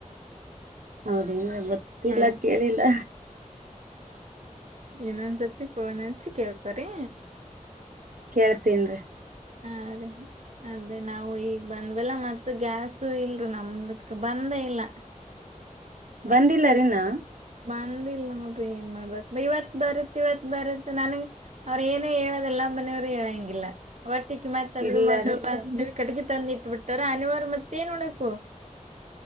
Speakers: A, on the right (about 80°); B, on the right (about 60°).
A: ಹೌದೇನ್ರಿ ಗೊತ್ತಿಲ್ಲ
B: ಹಾ
A: ಕೇಳಿಲ್ಲ
B: ಇನ್ನೊಂದ್ಸತಿ ಫೋನ್ ಹಚ್ಚಿ ಕೇಳ್ತರಿ
A: ಕೇಳ್ತೇನ್ರಿ
B: ಹಾ ಅದೇ ಅದೇ ನಾವು ಈಗ್ ಬಂದ್ವಲ್ಲ ಮತ್ತ ಗ್ಯಾಸ್ ಇಲ್ರಿ ನಮ್ದಕ್ ಬಂದೇ ಇಲ್ಲ
A: ಬಂದಿಲ್ಲರಿನಾ
B: ಬಂದಿಲ್ಲ ಮೆ ಏನ್ ಮಾಡ್ಬತ್ ಇವತ್ ಬರತ್ ಇವತ್ ಬರತ್ ನನ್ಗ್ ಅವ್ರ ಏನು ಹೇಳೋದೆಲ್ಲ ಮನೆಯವ್ರೇ ಹೇಳಂಗಿಲ್ಲ ಒಟ್ಟಿಕ್ ಮತ್ತತ್ ಅದು
A: ಇಲ್ಲರಿ
B: ಮ ಕಟ್ಗೆ ತಂದು ಇಟ್ಬಿಡ್ತಾರ ಅನಿವಾರ ಮತ್ತೇ ಏನ್ ಮಾಡಬೇಕು